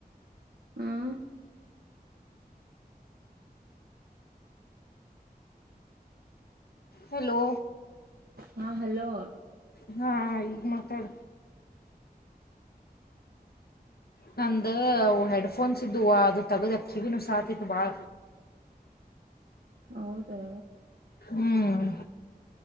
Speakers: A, on the right; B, on the left.
A: ಹ್ಮ್
B: ಹಲೋ
A: ಹಾ ಹಲೋ
B: ಹಾ ಈ ಮಾತಾಡ ನಂದ ಹೆಡ್ಫೋನ್ಸ್ ಇದ್ದು ಅದು ತಗದ ಕಿವಿನೂ ಸಾತಿತ್ತು ಬಾಳ
A: ಹೌದಾ
B: ಹ್ಮ್